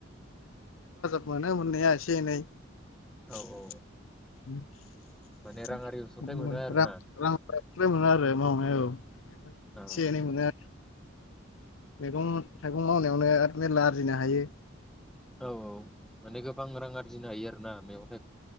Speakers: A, on the left; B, in the centre.
A: मानो मोननाया एसे एनै। <unintelligible>
B: औ औ माने राङारि अनसुंथाइ
A: मोनो
B: आरोना
A: आरो मावनायाव औ
B: औ
A: एसे एनै मोनो मैगं थाइगं मावनायावनो मेल्ला आरजिनो हायो।
B: औ औ। माने गोबां रां आरिजिनो हायो आरो। ना मैग